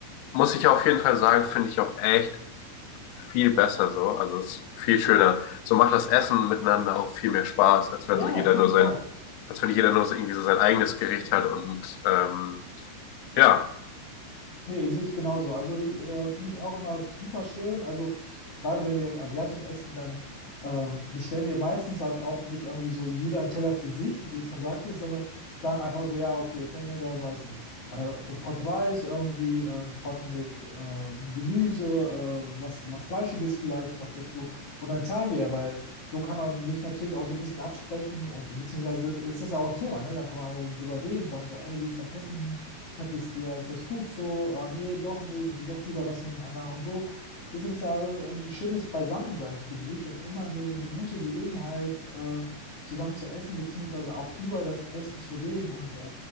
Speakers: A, on the left; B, on the left.
A: muss ich auf jeden Fall sagen, finde ich auch echt viel besser so. Also es ist viel schöner. So macht das Essen miteinander auch viel mehr Spaß, als wenn
B: Ja,
A: so jeder
B: finde
A: nur
B: ich
A: sein,
B: auch.
A: als wenn jeder nur so irgendwie so sein eigenes Gericht hat und ähm, ja,
B: Nee, sehe ich genauso. Also ich, äh, finde ich auch immer super schön. Also gerade wenn wir asiatisch essen, dann äh, bestellen wir meistens halt auch nicht irgendwie so jeder einen Teller für sich, wie du schon sagtest, sondern sagen einfach so, ja, okay, jetzt hätten wir gerne, weiß ich, äh, Pot Reis, irgendwie äh, einen Pot mit äh, Gemüse, äh, was, was Fleischiges vielleicht noch dazu. Und dann teilen wir, ja, weil so kann man sich natürlich auch so ein bisschen absprechen und beziehungsweise ist das ja auch ein Thema, ne? Dann kann man auch drüber reden, sagen so, ey, wie ist dein Essen? Schmeckt es dir? Ist das gut so? Oh, nee, doch nicht. Ich will doch lieber was von dem anderen. Und so ist es ja ein schönes Beisammensein, finde ich, und immer eine, eine gute Gelegenheit, äh, zusammen zu essen, beziehungsweise auch über das Essen zu reden und äh,